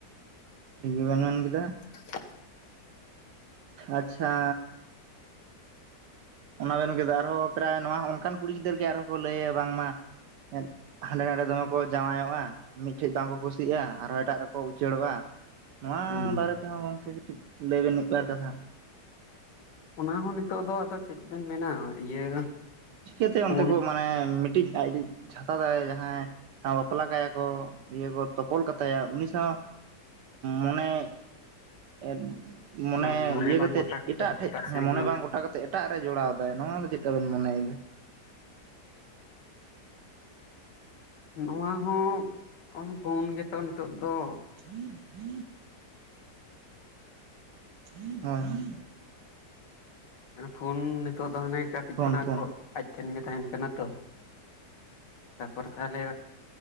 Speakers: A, on the right; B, on the left.
A: ᱴᱷᱤᱠ ᱜᱮ ᱵᱮᱱ ᱢᱮᱱ ᱠᱮᱫᱟ᱾
B: <unintelligible>
A: ᱟᱪᱪᱷᱟ᱾ ᱚᱱᱟ ᱵᱮᱱ ᱠᱮᱫᱟ ᱟᱨᱦᱚᱸ ᱯᱨᱟᱭ ᱱᱚᱣᱟ ᱚᱱᱠᱟᱱ ᱠᱩᱲᱤ ᱜᱤᱫᱽᱟᱹᱨ ᱜᱮ ᱟᱨᱦᱚᱸ ᱠᱚ ᱞᱟᱹᱭᱟ ᱵᱟᱝᱢᱟ ᱮᱸᱫ ᱦᱟᱸᱰᱮ ᱱᱟᱰᱮ ᱫᱚᱢᱮ ᱠᱚ ᱡᱟᱶᱟᱭᱚᱜᱼᱟ᱾ ᱢᱤᱫᱴᱷᱮᱱ ᱵᱟᱝᱠᱚ ᱠᱩᱥᱤᱜᱼᱟ ᱟᱨᱦᱚᱸ ᱮᱴᱟᱜ ᱨᱮᱠᱚ ᱩᱪᱟᱹᱲᱚᱜᱼᱟ᱾ ᱱᱚᱣᱟ
B: ᱦᱩᱸ
A: ᱵᱟᱨᱮ ᱛᱮᱦᱚᱸ ᱜᱚᱝᱠᱮ ᱠᱟᱹᱴᱤᱡ ᱞᱟᱹᱭ ᱵᱮᱱ ᱢᱤᱫᱵᱟᱨ ᱠᱟᱛᱷᱟ᱾
B: ᱚᱱᱟ ᱦᱚᱸ ᱱᱤᱛᱚᱜ ᱫᱚ ᱟᱫᱚ ᱪᱮᱫ ᱵᱮᱱ ᱢᱮᱱᱟ ᱤᱭᱟᱹ
A: ᱪᱤᱠᱟᱹᱛᱮ
B: ᱯᱷᱳᱱ
A: ᱚᱱᱛᱮ ᱠᱚ ᱢᱟᱱᱮ ᱢᱤᱫᱴᱤᱡ ᱟᱡᱤᱡ ᱪᱷᱟᱛᱟ ᱫᱟᱨᱮ ᱡᱟᱦᱟᱸᱭ ᱥᱟᱶ ᱵᱟᱯᱞᱟ ᱠᱟᱭᱟ ᱠᱚ ᱤᱭᱟᱹ ᱠᱚ ᱛᱚᱯᱚᱞ ᱠᱟᱛᱟᱭᱟ ᱩᱱᱤ ᱥᱟᱶ ᱢᱚᱱᱮ ᱮᱱ ᱢᱚᱱᱮ
B: ᱵᱟᱝ
A: ᱤᱭᱟᱹ
B: ᱵᱟᱝ
A: ᱠᱟᱛᱮᱫ
B: ᱜᱚᱴᱟ
A: ᱮᱴᱟᱜ ᱴᱷᱮᱡ
B: ᱥᱮᱱ
A: ᱦᱮᱸ ᱢᱚᱱᱮ
B: ᱦᱚᱸ
A: ᱵᱟᱝ ᱜᱚᱴᱟ ᱠᱟᱛᱮᱫ ᱮᱴᱟᱜ ᱨᱮ ᱡᱚᱲᱟᱣ ᱫᱟᱭ ᱱᱚᱣᱟ ᱫᱚ ᱪᱤᱠᱠᱟᱹ ᱵᱮᱱ ᱢᱚᱱᱮᱭᱮᱫᱟ?
B: ᱱᱚᱣᱟ ᱦᱚᱸᱜ ᱚᱱᱟ ᱯᱷᱳᱱ ᱜᱮᱛᱚ ᱱᱤᱛᱳᱜ ᱫᱚ
A: <inaudible> ᱦᱮᱸ ᱦᱮᱸ
B: ᱯᱷᱳᱱ ᱱᱤᱛᱚᱜ ᱫᱚ ᱦᱟᱱᱮ ᱠᱟᱹᱴᱤᱡ
A: ᱯᱷᱳᱱ
B: ᱠᱷᱚᱱᱟᱜ
A: ᱯᱷᱳᱱ
B: ᱜᱚ ᱟᱡ ᱴᱷᱮᱱ ᱜᱮ ᱛᱟᱦᱮᱱ ᱠᱟᱱᱟ ᱛᱚ᱾ ᱛᱟᱯᱚᱨ ᱛᱟᱦᱚᱞᱮ